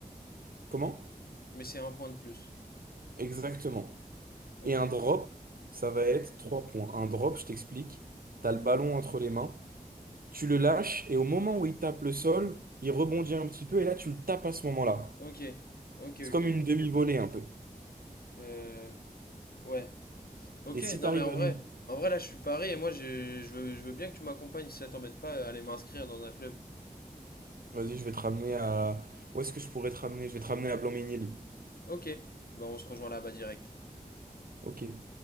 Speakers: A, on the right (about 75°); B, on the left (about 85°).
A: comment?
B: Mais c'est un point de plus.
A: Exactement.
B: Ok.
A: Et un drop, ça va être 3 points. Un drop, je t'explique. T'as le ballon entre les mains. Tu le lâches et au moment où il tape le sol, il rebondit un petit peu et là, tu le tapes à ce moment-là.
B: Ok. Ok,
A: C'est comme
B: ok,
A: une
B: ok.
A: demi-volée un peu.
B: Euh... Ouais. Ok,
A: Et si
B: non
A: tu arrives
B: mais en
A: à
B: vrai,
A: le
B: en vrai là je suis paré et moi j'ai- je veux, je veux bien que tu m'accompagnes si ça t'embête pas à aller m'inscrire dans un club.
A: Vas-y, je vais te ramener à... Où est-ce que je pourrais te ramener? Je vais te ramener à Blanc-Ménil.
B: Ok, bah on se rejoint là-bas direct.
A: Ok.